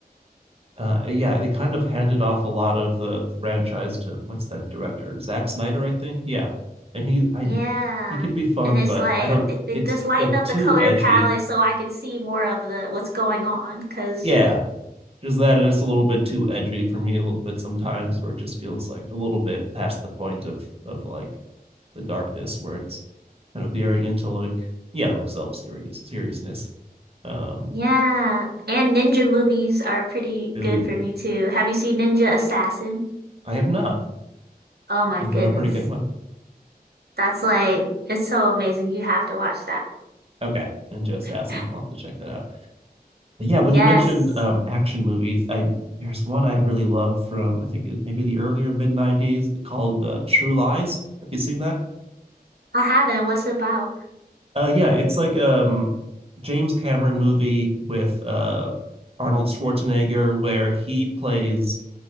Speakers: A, on the right; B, on the right.
A: uh, yeah, they kind of handed off a lot of the franchise to what's that director? Zack Snyder, I think. Yeah. And he I
B: Yeah.
A: he can be fun,
B: And it's
A: but
B: like
A: I don't
B: they, they
A: it's
B: just lighten
A: like
B: up
A: too
B: the color
A: edgy.
B: palette so I can see more of the what's going on because
A: Yeah. There's that and it's a little bit too edgy for me a little bit sometimes where it just feels like a little bit past the point of of like the darkness where it's kind of veering into like yeah, like self serious seriousness. Um
B: yeah. And ninja movies are pretty
A: ooh,
B: good for me too. Have you seen Ninja Assassin?
A: I have not.
B: Oh my
A: Is
B: goodness.
A: that a pretty good one?
B: That's like, it's so amazing. You have to watch that.
A: Okay. Ninja Assassin.
B: <laughs>
A: I'll have to check that out. But yeah, when
B: Yes,
A: you mentioned um, action movies, I there's one I really love from I think it, maybe the earlier mid '90s called uh, True Lies. Have you seen that?
B: I haven't. What's it about?
A: Uh, yeah, it's like um, James Cameron movie with uh, Arnold Schwarzenegger where he plays